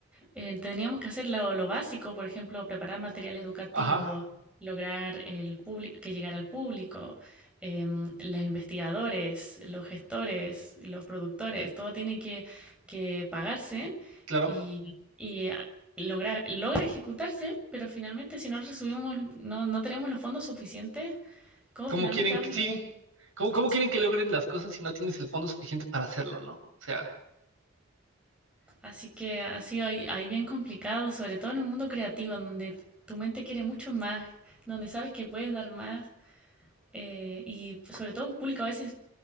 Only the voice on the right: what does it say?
Ajá,
claro.
¿Cómo
quieren
que
sí?
¿Cómo, cómo
quieren que logren las cosas si no tienes el fondo suficiente para hacerlo, no? O sea,